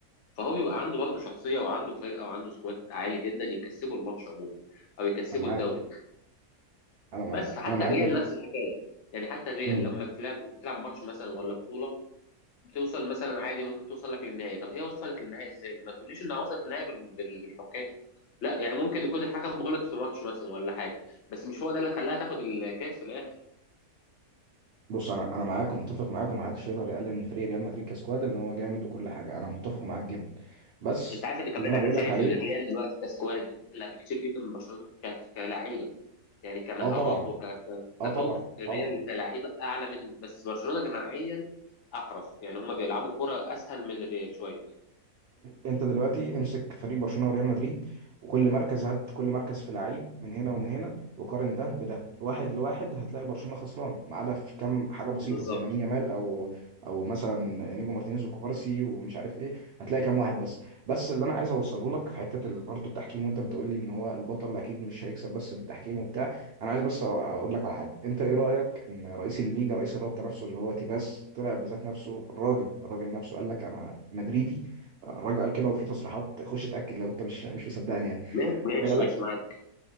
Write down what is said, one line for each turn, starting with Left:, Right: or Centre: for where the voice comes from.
Left: فهو بيبقى عنده برضه شخصيه وعنده فرقه وعنده سكواد عالي جدا يكسبوا الماتش عموما او يكسبوا
Right: انا معاك
Left: الدوري
Right: انا معاك
Left: بس حتى
Right: انا معاك
Left: الريال نفس الحكايه يعني حتى الريال
Right: مم.
Left: لما بتلعب بتلعب ماتش مثلا ولا بطوله بتوصل مثلا عادي ممكن توصل لك للنهائي طب هي وصلت للنهائي ازاي ما تقوليش انها وصلت للنهائي بال- بال- بالحكام لا يعني ممكن يكون الحكم غلط في ماتش مثلا ولا حاجه بس مش هو ده اللي خلاها تاخد الكاس في الاخر
Right: بص انا انا معاك ومتفق معاك ومحدش يقدر يقلل من فريق ريال مدريد كسكواد ان هو جامد وكل حاجه انا متفق معاك جدا بس
Left: انت عارف ان كمان
Right: اللي انا
Left: انا
Right: بقول
Left: شايف
Right: لك عليه
Left: ان الريال دلوقتي كسكواد لا بكتير جدا من برشلونه ك- كلاعيبه يعني كمهارات
Right: اه طبعا
Left: وكتوقف
Right: اه طبعا
Left: الريال
Right: طبعا
Left: كلعيبه اعلى من بس برشلونه جماعيا احرف يعني هم بيلعبوا كره اسهل من الريال شويه
Right: انت دلوقتي امسك فريق برشلونه وريال مدريد وكل مركز هات كل مركز في لعيب من هنا ومن هنا وقارن ده بده واحد لواحد هتلاقي برشلونه خسران ما عدا في كام حاجه بسيطه
Left: بالظبط
Right: زي لامين يامال او او مثلا نيجو مارتينيز وكوبارسي ومش عارف ايه هتلاقي كام واحد بس بس اللي انا عايز اوصله لك في حته ال- برضه التحكيم وانت بتقول لي ان هو البطل اكيد مش هيكسب بس بالتحكيم وبتاع انا عايز بس اقول لك على حاجه انت ايه رايك ان رئيس الليجا رئيس الرابطه نفسه اللي هو تيباس طلع بذات نفسه الراجل الراجل نفسه قال لك انا مدريدي الراجل قال كده وفي تصريحات خش اتاكد لو انت مش مش مصدقني يعني
Left: ماشي ماشي
Right: الراجل قال
Left: ماشي
Right: لك
Left: معاك